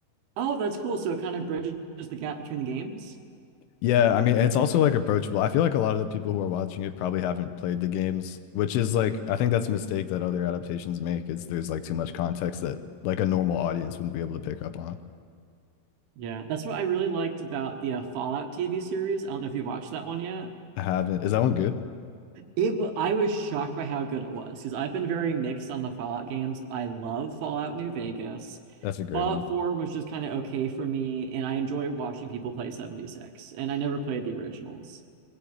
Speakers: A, on the right (about 80°); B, on the left (about 80°).
A: Oh, that's cool. So it kind of bridges the gap between the games.
B: Yeah, I mean, it's also like approachable. I feel like a lot of the people who are watching it probably haven't played the games, which is like I think that's a mistake that other adaptations make is there's like too much context that like a normal audience wouldn't be able to pick up on.
A: Yeah, that's what I really liked about the uh, Fallout TV series. I don't know if you watched that one yet.
B: I haven't. Is that one good?
A: It wa I was shocked by how good it was because I've been very mixed on the Fallout games. I love Fallout New Vegas.
B: That's a great
A: Fallout
B: one.
A: 4 was just kind of okay for me, and I enjoy watching people play 76. And I never played the originals.